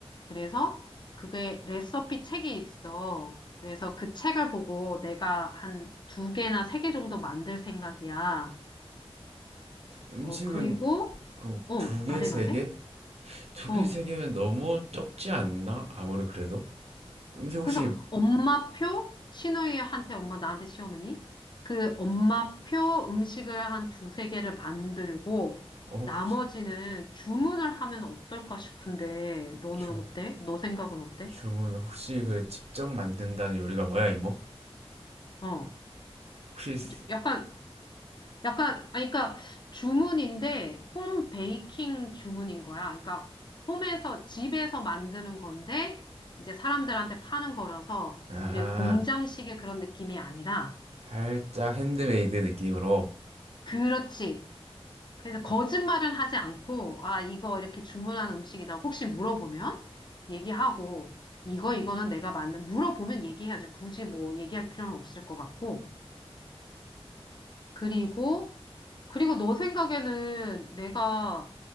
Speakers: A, on the left; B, on the right.
A: 그래서 그게 레시피 책이 있어. 그래서 그 책을 보고 내가 한 두 개나 세 개 정도 만들 생각이야.
B: 음식은
A: 어, 그리고
B: 그럼
A: 어,
B: 두 개,
A: 말해
B: 세
A: 말해.
B: 개? 두
A: 어.
B: 개, 세 개면 너무 적지 않나? 아무리 그래도 음식 혹시
A: 그래서 엄마표 시누이한테 엄마 나한테 시어머니 그 엄마표 음식을 한 두세 개를 만들고
B: 어, 혹시
A: 나머지는 주문을 하면 어떨까 싶은데 너는
B: 주,
A: 어때? 너 생각은 어때?
B: 주문 혹시 그 직접 만든다는 요리가 뭐야 이모?
A: 어,
B: 혹시
A: 그치? 약간 약간 아니 그러니까 주문인데 홈 베이킹 주문인 거야. 그러니까 홈에서 집에서 만드는 건데 이제 사람들한테 파는 거라서
B: 아하
A: 이래 공장식의 그런 느낌이 아니라
B: 살짝 핸드메이드 느낌으로
A: 그렇지. 그래서 거짓말은 하지 않고, 아, 이거 이렇게 주문한 음식이다. 혹시 물어보면 얘기하고, 이거, 이거는 내가 만든, 물어보면 얘기해야지. 굳이 뭐 얘기할 필요는 없을 것 같고. 그리고, 그리고 너 생각에는 내가